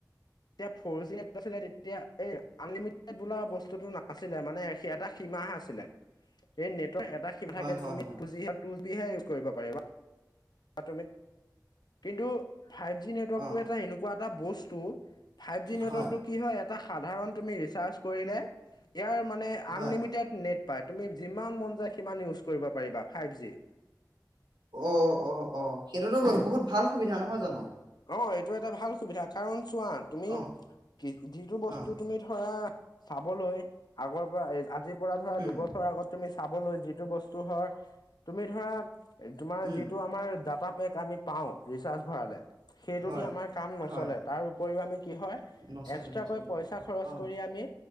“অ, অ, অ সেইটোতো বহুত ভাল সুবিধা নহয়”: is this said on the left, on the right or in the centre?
Right